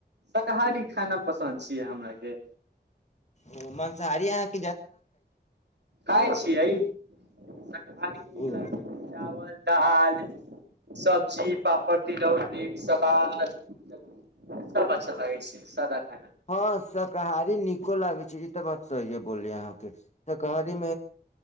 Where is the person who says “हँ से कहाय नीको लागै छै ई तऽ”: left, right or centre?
Left